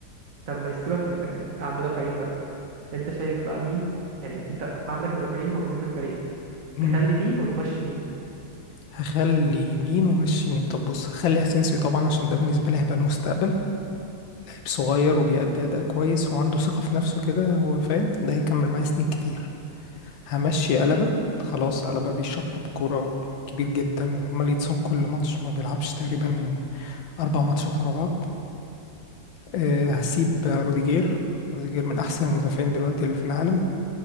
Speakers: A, on the right; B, on the left.
A: طب ما يسيبك من الباكات على المدافعين بقى انت شايف بقى مين يعني انت عندك مدافعين موجودين في الفريق
B: مم.
A: تخلي مين وتمشي مين
B: هخلي يمين ومشي يمين طب بص هخلي أسينسيو طبعا عشان ده بالنسبة لي هيبقى المستقبل لعيب صغير وبيأدي أداء كويس وعنده ثقة في نفسه كده هو فاهم ده هيكمل معايا سنين كتير همشي قلبة خلاص قلبة بيشطب كورة وكبير جدا وعمال يتصاب كل ماتش ما بيلعبش تقريبا أربع ماتشات ورا بعض أه هسيب روديجير روديجير من أحسن المدافعين دلوقتي اللي في العالم